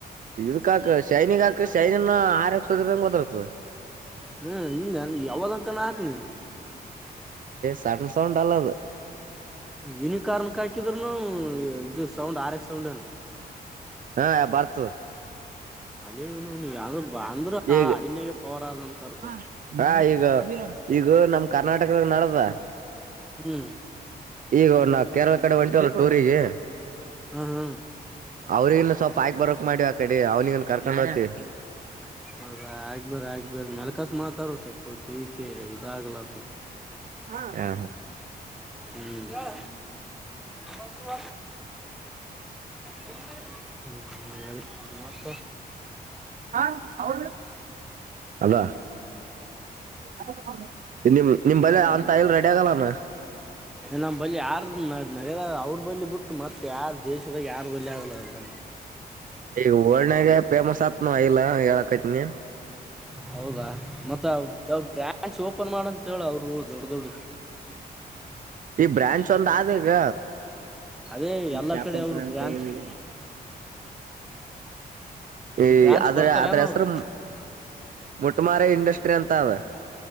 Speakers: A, on the right; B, in the centre.
A: ಇದಕ್ಕಾಕ ಶೈನಿಗಾಕ ಶೈನ ಆರ್ ಸೋದದಂಗ ವದರ್ತದೆ.
B: ಹ್ಮ್ ಹಿಂಗ ನೀ ಯಾವದಕಾನ ಹಾಕ್ಲೀ.
A: ಸಟನ್ ಸೌಂಡ್ ಅಲ್ಲದು.
B: ಯುನಿಕಾರ್ನ್ಕ್ ಹಾಕಿದ್ರುನು ಇದು ಸೌಂಡ್ ಆರೆಕ್ಸ್ ಸೌಂಡೆ.
A: ಹಾ ಬರ್ತು
B: ಅಲ್ಲಿ ಯಾವ ಅಂದ್ರ
A: ಈಗ
B: ಐಲ್ನಾಗ ಪವರ್ ಆದ ಅಂತ ಅರ್ಥ
A: ಹಾ ಈಗ ಈಗ ಇದು ನಮ್ ಕರ್ನಾಟಕದಾಗ ನಡದ
B: ಹ್ಮ್
A: ಈಗ ನಾ ಕೇರಳ ಕಡೆ ಹೊಂಟವಲ್ಲ ಟೂರಿಗೆ
B: ಹ್ಮ ಹ್ಮ್
A: ಅವ್ರಿಗನ್ನ ಸ್ವಲ್ಪ ಆಾಕ್ ಬರಕ್ ಮಾಡಿವ ಆ ಕಡೆ ಅವ್ನಿಗನ್ ಕರ್ಕೊಂಡ್ ಹೋಗ್ತಿ
B: ಅೌದ ಆಗ್ ಬ್ರ ಆಗ್ ಬೇ್ರ ಮೆಲ್ಕಾಸ ಮಾತಾಡರು ಸ್ವಲ್ಪ ಕಿವಿಕ ಇದ ಆಾಗಲತ್ತ
A: ಹಾ ಹಾ
B: ಹ ಬಸ ಬ ಹ್ಮ ಮತ
A: ಹಾ ಹ ದ ಅದ ನಿಮ ನಿಮ್ ಬಳ ಅಂತ ಎಲ್ ರೆಡಿ ಆಗಲ್ಲಾನ
B: ನಮ್ಮ್ ಬಳಿ ಯಾರ ನ ನಡ್ಯದ ಅವ್ರ ಬಲಿ ಬಿಟ್ಟು ಮತ್ತೆ ಯಾರ ದೇಶದಾಗ ಯಾರು ಬಲಿ ಆಗ್ಲ ಅಂದ್ರ
A: ಈಗ ರ್ನಗೆ ಫೇಮಸ್ ಆತ್ನ ಇಲ್ಲ ಹೇಳಕತ್ನ
B: ಹೌದಾ ಮತ್ತ ಬ್ರ್ಯಾಂಚ್ ಓಪನ್ ಮಾಡಂತ ಹೇಳ ಅವ್ರು ದೊಡ ದೊಡ
A: ಈ ಬ್ರಾಂಚ್ ಒಂದ್ ಆದ ಈಗ
B: ಅದೇ ಎಲ್ಲಾ
A: ಶಾಪರ್
B: ಕಡೆ ಅವರು
A: ಪ್ರಾಂತ್
B: ಬ್ರಾಂಚ್
A: ಸರಿ ಈ
B: ಬ್ರಾಂಚ್
A: ಆದದ್ರ
B: ಕೊಡ್ತಾರನ
A: ಅದ್ರ ಹೆಸರು
B: ಅವ್ರು
A: ಮೊಟ್ಟಮಾರ ಇಂಡಸ್ಟ್ರಿ ಅಂತ ಅವ